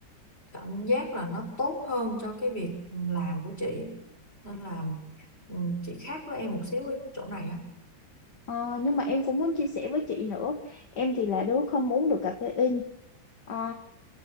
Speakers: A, on the left; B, on the left.
A: cảm giác là nó tốt hơn cho cái việc ừ, làm của chị. Nên là ừ, chị khác với em một xíu ở chỗ này á.
B: Ờ, nhưng mà em cũng muốn chia sẻ với chị nữa em thì là đứa không uống được caffeine Ờ,